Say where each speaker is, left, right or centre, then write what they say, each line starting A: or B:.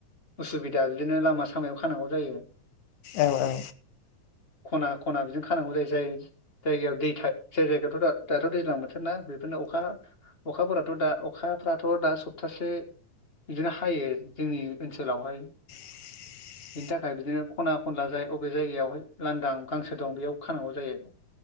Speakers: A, on the left; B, on the left.
A: उसुबिदा बिदिनो लामा सामायाव खानांगौ जायो।
B: औ औ
A: खना खना बिजों खानांगौ जाय जाय जायगायाव दै जाय जायगायावथ' दाथ' दैज्लां बोथोरना बेफोर अखा अखाफोराथ' दा अखाफ्राथ' दा सप्तासे बिदिनो हायो जोंनि ओनसोलावहाय
B: <inaudible>
A: बिनि थाखाय बिदिनो खना खनला जाय अबे जायगायावहाय लांदां गांसो दं बेयाव खानांगौ जायो।